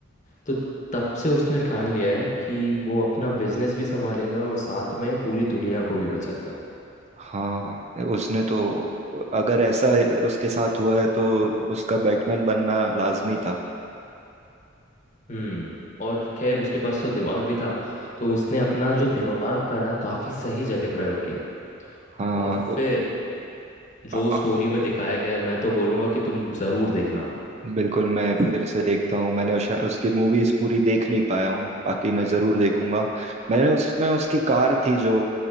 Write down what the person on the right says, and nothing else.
हाँ उसने तो अगर ऐसा उसके साथ हुआ है तो उसका बैटमैन बनना लाजमी था
हाँ
अ-
अ-
बिल्कुल मैं फिर से देखता हूँ मैंने उस, उसकी मूवीज पूरी देख नहीं पाया हूँ बाकी मैं जरूर देखूंगा मैंने उसमें उसकी कार थी जो